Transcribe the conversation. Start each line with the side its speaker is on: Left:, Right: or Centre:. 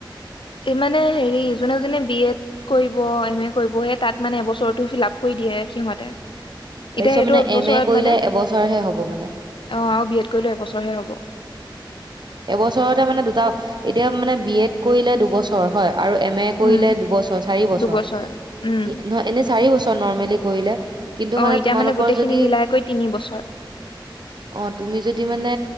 Left: এই মানে হেৰি যোনে যোনে বি এড কৰিব, এম এ কৰিব সেই তাত মানে এবছৰটো ফিল আপ কৰি দিয়ে সিহঁতে। এতিয়া
Right: তাৰপিছত
Left: এইটো
Right: মানে
Left: এবছৰত
Right: এম এ কৰিলে
Left: মানে
Right: এবছৰহে হ'ব মানে।
Left: অ' আৰু বি এড কৰিলেও এবছৰহে হ'ব
Right: এবছৰতে মানে দুটা এতিয়া মানে বি এড কৰিলে দুবছৰ হয়। আৰু এম এ কৰিলে
Left: উম,
Right: দুবছৰ, চাৰি বছৰ
Left: দুবছৰ উম,
Right: কি নহয় এনে চাৰি বছৰ নৰ্মেলি কৰিলে কিন্তু
Left: অ',
Right: মানে
Left: এতিয়া
Right: তোমালোকৰ
Left: গোটেইখিনি
Right: যদি
Left: মিলাই কৰি তিনি বছৰ।
Right: অ' তুমি যদি মানে